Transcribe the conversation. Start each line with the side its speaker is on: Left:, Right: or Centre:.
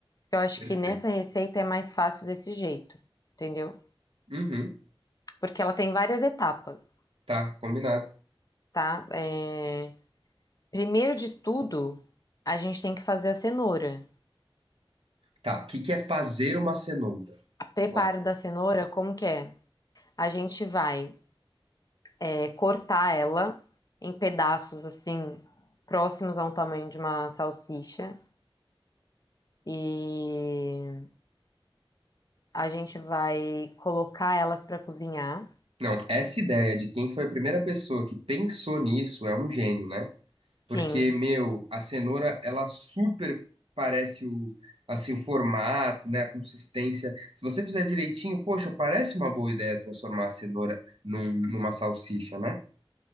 Left: Eu acho
Right: Perfeito.
Left: que nessa receita é mais fácil desse jeito, entendeu?
Right: Uhum.
Left: porque ela tem várias etapas,
Right: Tá, combinado.
Left: tá? É, Primeiro de tudo, a gente tem que fazer a cenoura.
Right: Tá, o que que é fazer uma cenoura?
Left: O
Right: Vamos
Left: preparo
Right: lá.
Left: da cenoura, como que é? A gente vai é, cortar ela em pedaços assim, próximos ao tamanho de uma salsicha. E a gente vai colocar elas para cozinhar.
Right: Não, essa ideia de quem foi a primeira pessoa que pensou nisso é um gênio, né? Porque,
Left: Sim.
Right: meu, a cenoura, ela super parece o, assim, o formato, né, a consistência. Se você fizer direitinho, poxa, parece uma boa ideia transformar a cenoura num- numa salsicha, né?